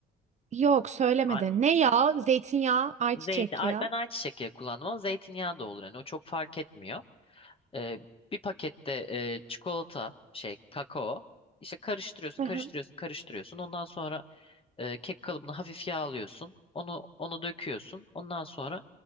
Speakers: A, on the right; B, on the left.
A: Yok söylemedi.
B: A-
A: Ne yağı? Zeytinyağı, ayçiçek
B: Zeytin. ay-
A: yağı.
B: Ben ayçiçek yağı kullandım ama zeytinyağı da olur. Yani o çok fark etmiyor. Ee, bir pakette e, çikolata şey kakao işte karıştırıyorsun
A: Hı
B: karıştırıyorsun
A: hı.
B: karıştırıyorsun ondan sonra e, kek kalıbını hafif yağlıyorsun onu onu döküyorsun ondan sonra